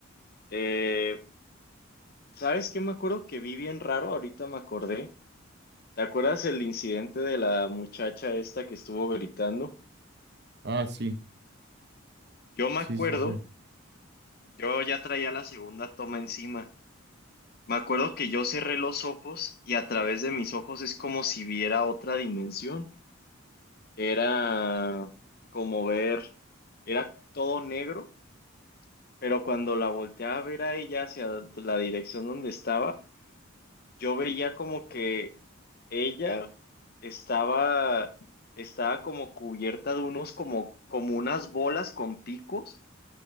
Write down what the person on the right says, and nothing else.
Ah, sí,
sí,
sí, sí.